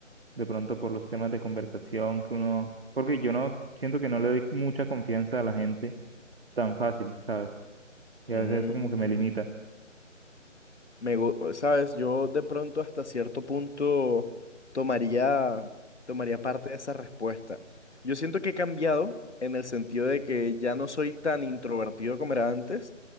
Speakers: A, on the right; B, on the left.
A: de pronto por los temas de conversación que uno, porque yo no siento que no le doy mucha confianza a la gente tan fácil, ¿sabes? Y a
B: Mm,
A: veces eso como que me limita.
B: me, gu- sabes, yo de pronto hasta cierto punto tomaría, tomaría parte de esa respuesta. Yo siento que he cambiado en el sentido de que ya no soy tan introvertido como era antes,